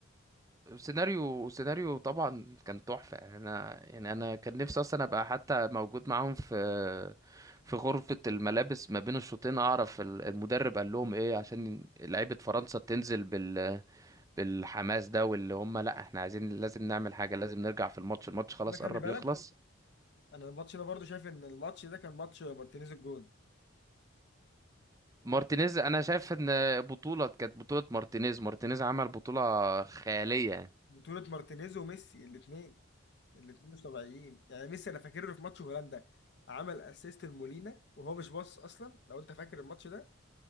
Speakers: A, on the right (about 15°); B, on the left (about 55°).
A: سيناريو سيناريو طبعا كان تحفة انا يعني انا كان نفسي اصلا ابقى حتى موجود معاهم في في غرفة الملابس ما بين الشوطين اعرف ال- المدرب قال لهم ايه عشان لعيبة فرنسا تنزل بال بالحماس ده واللي هم لا احنا عايزين لازم نعمل حاجة لازم نرجع في الماتش الماتش خلاص
B: انا خلي
A: قرب
B: بالك
A: يخلص
B: انا الماتش ده برضو شايف ان الماتش ده كان ماتش مارتينيز الجون
A: مارتينيز انا شايف ان بطولة كانت بطولة مارتينيز مارتينيز عمل بطولة خيالية يعني
B: بطوله مارتينيز وميسي الاثنين الاثنين مش طبيعيين يعني ميسي انا فاكر له في ماتش هولندا عمل اسيست لمولينا وهو مش باص اصلا لو انت فاكر الماتش ده